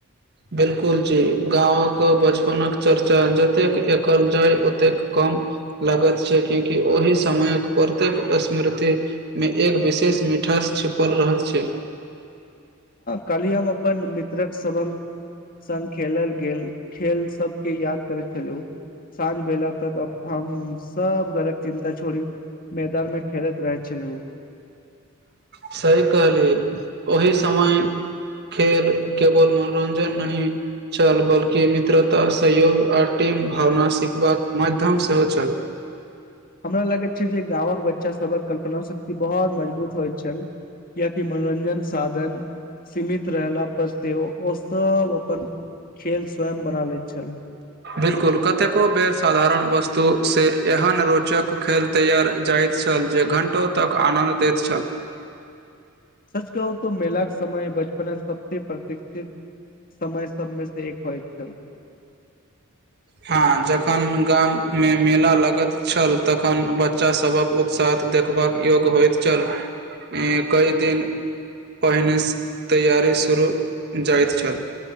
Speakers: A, on the right; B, on the left.
A: बिलकुल जी गाँवक बचपनक चर्चा जतेक एकल जाय ओतेक कम लागैत छै क्यकि ओहि समयक प्रत्येक स्मृतिमे एक विशेष मिठास छिपल रह छै
B: काली हम अपन मित्रक स संग खेलल गेल खेल सबके याद करैत छलहु, साँझ बेला तक हम सब घरक चिन्ता छोड़ी मैदान मे खेलैत रहै छलहु।
A: सही कहलिय, ओहि समय खेल केवल मनोरञ्जन नहिी छल, बल्कि मित्रता सहयोग आ टीम भावना सिखबाक माध्यम सेहो छल।
B: हमरा लगैत छै जे गाँवक बच्चा सबक कल्पना सक बहुत मजबूत होइत छ कियाकि मनोरञ्जन साधन सीमित रहला पर सेहो ओ सब अपन खेल स्वयं बना लैत छल
A: बिलकुल कतेको बेर सधारण वस्तु स्तु से एहन रोचक खेल तैयार जाइत छल जे घण्टो तक आनन्द दैत छल
B: सच कहू त मेलाक क समय बचपन सबस प्रतिकक्षित समय सबमे से एक होइ छै
A: हँ जखन गाम मेंम मेला लगैत छल तखन बच्चासभक उत्साह देखबाक योग्य होइत छल कई दिन पहिनेसँ तैयारी शुरू जाइत छल